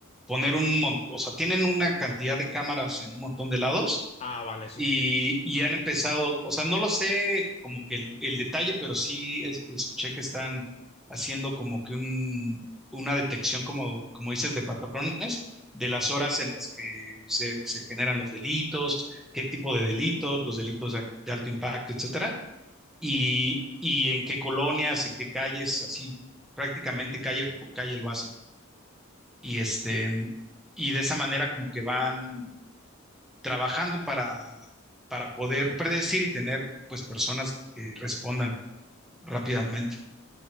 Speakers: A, in the centre; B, on the left.
A: poner un montón, o sea, tienen una cantidad de cámaras en un montón de lados
B: Ah, vale, sí,
A: y,
B: sí.
A: y han empezado, o sea, no lo sé como que el, el detalle, pero sí es- escuché que están haciendo como que un, una detección, como, como dices, de patrones, de las horas en las que se, se generan los delitos, qué tipo de delitos, los delitos de, de alto impacto, etcétera, y, y en qué colonias, en qué calles, así prácticamente calle por calle lo hacen. Y este, y de esa manera como que van trabajando para, para poder predecir y tener pues personas que respondan rápidamente.